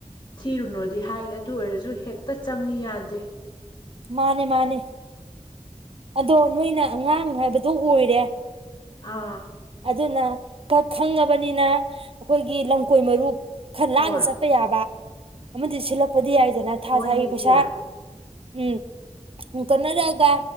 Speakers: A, on the left (about 35°); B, on the right (about 45°).
A: ꯊꯤꯔꯨꯅꯣꯗꯤ ꯍꯥꯏ ꯑꯗꯨ ꯑꯣꯏꯔꯖꯨ ꯍꯦꯛꯇ ꯆꯪꯉꯤ ꯌꯥꯗꯦ꯫
B: ꯃꯥꯅꯦ ꯃꯥꯅꯦ ꯑꯗꯣ ꯅꯣꯏꯅ ꯑꯉꯥꯡ ꯍꯥꯏꯕꯗꯨꯣ ꯑꯣꯏꯔꯦ
A: ꯑꯥ
B: ꯑꯗꯨꯅ ꯀ ꯈꯪꯉꯕꯅꯤꯅ ꯑꯈꯣꯏꯒꯤ ꯂꯝꯀꯣꯏ ꯃꯔꯨꯞ ꯈꯔ
A: ꯍꯣꯏ
B: ꯂꯥꯟꯅ ꯆꯠꯄ ꯌꯥꯕ ꯑꯃꯗꯤ ꯁꯤꯂꯛꯄꯗꯤ ꯌꯥꯏ ꯐꯖꯅ ꯊꯥ
A: ꯍꯣꯏꯅꯦ
B: ꯊꯥꯒꯤ ꯄꯩꯁꯥ
A: ꯏꯆꯦ
B: ꯎꯝ ꯎ ꯇꯟꯅꯔꯒ